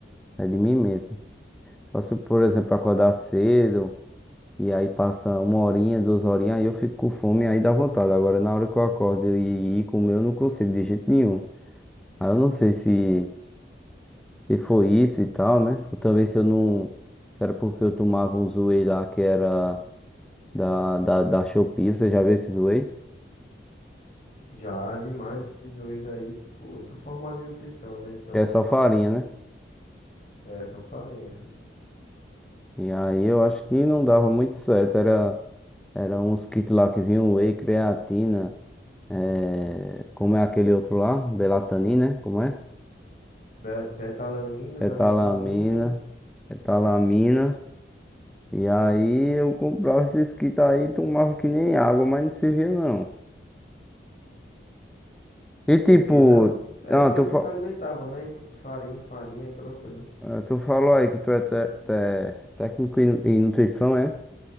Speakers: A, in the centre; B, on the left (about 45°).
A: é de mim mesmo. Só se, por exemplo, acordar cedo e aí passa uma horinha, duas horinhas, aí eu fico com fome aí dá vontade. Agora, na hora que eu acordo e ir comer, eu não consigo de jeito nenhum. Aí eu não sei se. E foi isso e tal, né? Ou também se eu não. se Era porque eu tomava um whey lá que era da, da, da Shopee, você já viu esses whey?
B: Já demais esses whey aí, tipo, eu sou formado em nutrição, né? Então,
A: Que é só farinha, né?
B: é essa farinha.
A: E aí eu acho que não dava muito certo. Era, era uns kits lá que vinham whey, creatina, eh, como é aquele outro lá? Belatanina, né? Como é?
B: Be- betalanina,
A: Betalamina,
B: melatonina,
A: betalamina. E aí eu comprava esses kits aí e tomava que nem água, mas não servia não. E
B: servia
A: tipo,
B: não? É
A: ah,
B: porque
A: tu,
B: não se alimentava, né? E, tipo, farinha, farinha, aquela coisa.
A: Ah, Tu falou aí que tu é te- te- técnico em em nutrição, é?